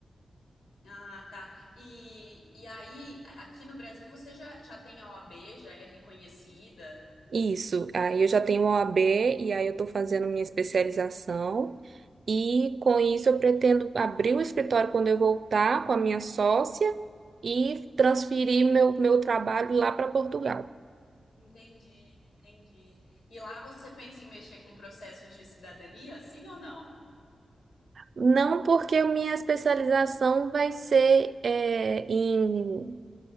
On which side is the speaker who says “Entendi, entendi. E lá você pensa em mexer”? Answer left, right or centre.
Left